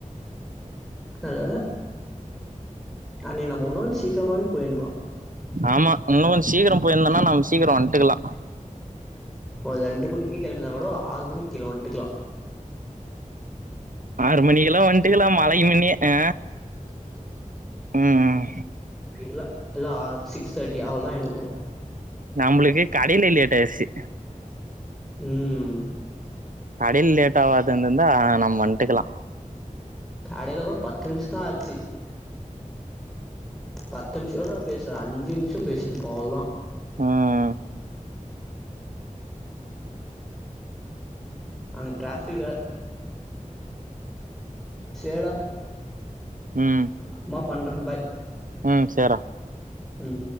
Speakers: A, in the centre; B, on the right.
A: <unintelligible> அங்க நம்ம உன்னோ சீக்கரமாவே போயின்லா
B: ஆமா இன்னு கொஞ்ச் சீக்ரோ போயிருந்தன்னா நம்ம சீக்ரோ வன்ட்டுக்லா
A: ஒரு ரெண்டு மணிக்கு கிளம்பிருந்தா கூட ஆறு மணிக் கீழ வன்ட்டுக்லா
B: ஆறு மணிக்லா வன்ட்டுக்லா மழைக்கு மின்னயே ஆ ம்
A: இல்ல லா சிக்ஸ் தேர்ட்டி அவ்ளோ தா எனக்கு
B: நம்ளுக்கு கடெலே லேட் ஆயிருச்சு
A: ம்
B: கடெல் லேட் ஆவாதுந்தாதா நம் வன்ட்டுக்லா
A: கடெல கூட பத்து நிம்ஷ தா ஆச்சு பத்து நிமிஷகூட நா பேசல அஞ்சு நிம்ஷோ பேசின்ட் இந்துருப்பே அவ்ளோதா
B: ம்
A: அங்க டிராஃபிக்கா சேடா
B: ம்
A: அம்மா பண்றே பாய்
B: ம் சேரா
A: ம்